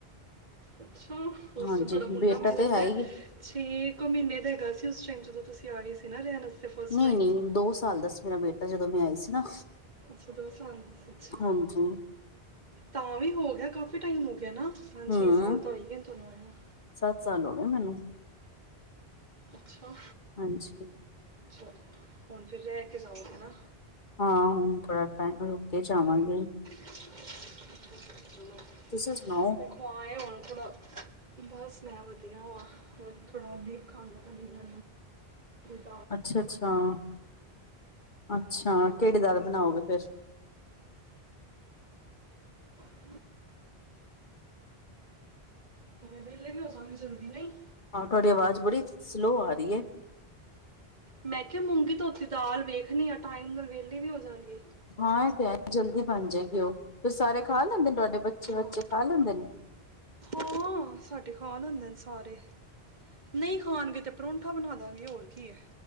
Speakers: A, on the right; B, on the left.
A: ਅੱਛਾ <unintelligible> ਤੁਹਾਡਾ
B: ਹਾਂਜੀ
A: ਮੁੰਡਾ
B: ਬੇਟਾ
A: ਮੈਨੂੰ
B: ਤੇ
A: ਲੱਗਦਾ
B: ਹੈ ਹੀ
A: ਛੇ ਕੁ ਮਹੀਨੇ ਦਾ ਹੈਗਾ ਸੀ ਉਸ ਟਾਈਮ ਜਦੋਂ ਤੁਸੀਂ ਆਏ ਸੀ ਨਾ ਰਹਿਣ। ਵਾਸਤੇ ਫਸਟ
B: ਨਈ-ਨਈ
A: ਟਾਈਮ
B: ਦੋ ਸਾਲ ਦਾ ਸੀ ਮੇਰਾ ਬੇਟਾ ਜਦੋਂ ਮੈਂ ਆਈ ਸੀ ਨਾ।
A: ਅੱਛਾ ਦੋ ਸਾਲ, ਅੱਛਾ।
B: ਹਾਂਜੀ
A: ਤਾਂ ਵੀ ਹੋ ਗਿਆ ਕਾਫੀ ਟਾਈਮ ਹੋ ਗਿਆ ਨਾ ਪੰਜ-ਛੇ
B: ਹਮ
A: ਸਾਲ ਤਾਂ ਹੋ ਈ ਗਿਆਂ ਤੁਹਾਨੂੰ ਆਏ ਨੂੰ।
B: ਸੱਤ ਸਾਲ ਹੋਗੇ ਮੈਨੂੰ।
A: ਅੱਛਾ।
B: ਹਾਂਜੀ।
A: ਚਲ ਹੁਣ ਫਿਰ ਰੈ ਕੇ ਜਾਓਗੇ ਨਾ।
B: ਹਾਂ ਹੁਣ ਥੋੜਾ ਟਾਈਮ ਰੁਕ ਕੇ ਜਾਵਾਂਗੇ।
A: <inaudible>
B: ਤੁਸੀਂ ਸੁਣਾਓ?
A: ਹਾ ਇਹ ਹੋਣ ਥੋੜ੍ਹਾ। ਬਸ ਮੈਂ ਵਧੀਆ ਵਾਂ ਥੋੜ੍ਹਾ ਦੇਖਾਂ ਮੈਂ ਤਾਂ ਲੇਣਾ <unintelligible>
B: ਅੱਛਾ-ਅੱਛਾ-ਅੱਛਾ ਕੇੜੀ ਦਾਲ ਬਣਾਓਗੇ ਫੇਰ?
A: <inaudible> ਵੇਲੇ ਵੀ ਹੋ ਜਾਂਗੇ ਜਲਦੀ ਨਈ।
B: ਹਾਂ ਤੁਹਾਡੀ ਆਵਾਜ਼ ਬੜੀ ਸਲੋਅ ਆ ਰੀ ਐ।
A: ਮੈਂ ਕਿਆ ਮੂੰਗੀ ਧੋਤੀ ਦਾਲ ਵੇਖਣੀ ਆ ਟਾਈਮ ਨਾਲ ਵਿਹਲੇ ਵੀ ਹੋਜਾਂਗੇ।
B: ਹਾਂ ਏ ਤੇ ਹੈ ਜਲਦੀ ਬਣ ਜੇਗੀ ਓ ਫੇ ਸਾਰੇ ਖਾ ਲੈਂਦੇ ਨੇ ਤੁਹਾਡੇ ਬੱਚੇ ਵਚੇ
A: ਹਾਂ
B: ਖਾ ਲੈਂਦੇ ਨੇ?
A: ਹਾਂ ਸਾਡੇ ਖਾ ਲਾਂਦੇ ਨੇ ਸਾਰੇ। ਨਹੀਂ ਖਾਣਗੇ ਤੇ ਪਰੌਂਠਾ ਬਣਾ ਦਾਂਗੇ ਹੋਰ ਕੀ ਐ।